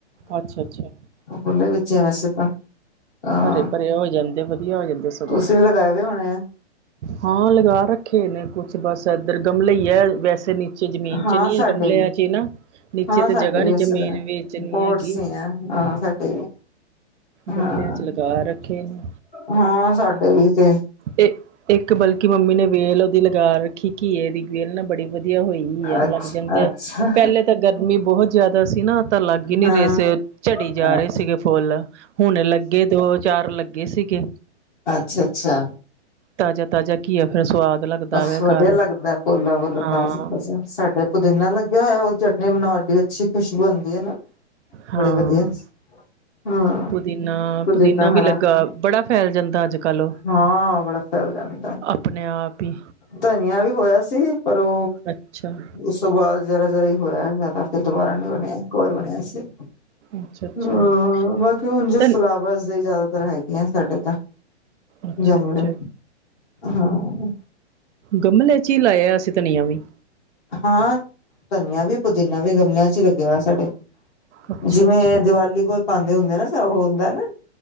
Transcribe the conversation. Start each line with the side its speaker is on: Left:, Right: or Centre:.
Right: ਅੱਛਾ-ਅੱਛਾ।
Left: ਓ ਖੁੱਲੇ ਵਿੱਚ ਈ ਐ ਵੈਸੇ ਤਾਂ। ਹਾਂ
Right: ਹਰੇ-ਭਰੇ ਹੋ ਜਾਂਦੇ, ਵਧੀਆ ਹੋ ਜਾਂਦੇ ਸਗੋਂ।
Left: ਤੁਸੀਂ ਲਗਾਏ ਹੋਏ ਹੋਣੇ ਆ
Right: ਹਾਂ, ਲਗਾ ਰੱਖੇ ਨੇ ਕੁਛ ਬਸ ਐਧਰ ਗਮਲੇ ਈ ਐ ਵੈਸੇ ਸੇ ਨੀਚੇ ਜ਼ਮੀਨ
Left: ਹਾਂ
Right: 'ਚ ਨੀ
Left: ਸਾਡੇ
Right: ਗਮਲਿਆਂ
Left: ਵੀ
Right: 'ਚ ਈ ਨਾ ਨੀਚੇ
Left: ਹਾਂ
Right: 'ਤੇ
Left: ਸਾਡੇ
Right: ਜਗ੍ਹਾ
Left: ਵੀ
Right: ਨੀ
Left: ਇਸੇ
Right: ਜਮੀਨ
Left: ਤਰ੍ਹਾਂ
Right: ਵੇਚਨੀ
Left: ਪੋਟਸ
Right: ਹੈਗੀ।
Left: ਹੀ ਆ ਹਾਂ ਫੇਰ ਸਈ
Right: ਗਮਲਿਆਂ
Left: ਹਾਂ,
Right: ਚ ਲਗਾ ਰੱਖੇ ਨੇ
Left: ਹਾਂ ਸਾਡੇ ਵੀ 'ਤੇ
Right: ਇਹ ਇੱਕ ਬਲਕਿ ਮੰਮੀ ਨੇ ਵੇਲ ਓਦੀ ਲਗਾ ਰੱਖੀ ਘੀਏ ਦੀ ਵੇਲ ਨਾ ਬੜੀ ਵਦੀਆ ਹੋਈ। ਐ ਲੱਗ
Left: ਅੱਛਾ
Right: ਜਾਂਦੇ
Left: ਅੱਛਾ
Right: ਪੈਲੇ ਤਾਂ ਗਰਮੀ ਬੋਹਤ ਜਾਦਾ ਸੀ ਨਾ ਤਾਂ ਲੱਗ ਈ ਨੀ
Left: ਹਾਂ
Right: ਰੇ ਸੀ, ਝੜੀ ਜਾ
Left: ਅੱਛਾ
Right: ਰੇ ਸੀਗੇ ਫੁੱਲ ਹੁਣ ਲੱਗੇ ਦੋ ਚਾਰ ਲੱਗੇ ਸੀਗੇ।
Left: ਅੱਛਾ-ਅੱਛਾ।
Right: ਤਾਜ਼ਾ-ਤਾਜ਼ਾ ਘੀਆ ਫਿਰ ਸੁਵਾਦ ਲੱਗਦਾ
Left: ਬਸ,
Right: ਵੈ
Left: ਵਧੀਆ
Right: ਘਰ
Left: ਲੱਗਦਾ ਪੋਲਾ ਵੁੱਲ
Right: ਹਾਂ
Left: ਤਾਜ਼ਾ-ਤਾਜ਼ਾ ਸਾਡੇ ਪੁਦੀਨਾ ਲਗਯਾ ਹੋਏਯਾ ਓ ਚਟਨੀ ਬਣਾਉਣ ਡੀ ਅਛੀ, ਖੁਸ਼ਬੂ ਆਂਦੀ ਐ ਨਾ
Right: ਹਾਂ
Left: ਬੜੀ ਵਦੀਆ। ਹਾਂ,
Right: ਪੁਦੀਨਾ
Left: ਪੁਦੀਨਾ
Right: ਵੀ
Left: ਹਰਾ
Right: ਲੱਗਾ ਬੜਾ ਫੈਲ ਜਾਂਦਾ ਅੱਜ ਕੱਲ੍ਹ
Left: ਹਾਂ ਬੜਾ ਚੱਲ ਜਾਂਦਾ ਐ।
Right: ਅਪਨੇ ਆਪ ਈ
Left: ਧਨੀਆ ਵੀ ਹੋਇਆ ਸੀ ਪਰ ਓ
Right: ਅੱਛਾ
Left: ਉਸ ਤੋਂ ਬਾਦ ਜਰਾ-ਜਰਾ ਈ ਹੋਏਆ ਹੈਗਾ ਤਾਂ ਫਿਰ ਦੁਬਾਰਾ ਨੀ ਬਨੇਆ ਇੱਕ ਵਾਰ ਬਨੇਆ ਸੀ।
Right: ਅੱਛਾ ਅੱਛਾ
Left: ਹਾਂ, ਬਾਕੀ ਹੁਨ ਜਸ
Right: ਧ
Left: ਫਲਾਵਰਸ ਦੇ ਜ਼ਿਆਦਾਤਰ ਹੈਗੇ ਆ ਸਾਡੇ ਤਾਂ
Right: ਅੱਛਾ
Left: ਗਮਲੇ
Right: ਅੱਛਾ
Left: ਹਾਂ।
Right: ਗਮਲਿਆ 'ਚ ਈ ਲਾਇਆ ਸੀ ਧਨੀਆ ਵੀ
Left: ਹਾਂ, ਧਨੀਆ ਵੀ, ਪੁਦੀਨਾ ਵੀ, ਗਮਲਿਆਂ 'ਚ ਹੀ ਲੱਗੇਆ ਹੋਏਆ ਸਾਡੇ।
Right: ਅੱਛਾ
Left: ਜਿਵੇਂ
Right: ਅੱਛਾ
Left: ਦੀਵਾਲੀ ਕੋਲ ਪਾਂਦੇ ਹੁੰਦੇ ਨਾ ਓ ਹੁੰਦਾ ਨਾ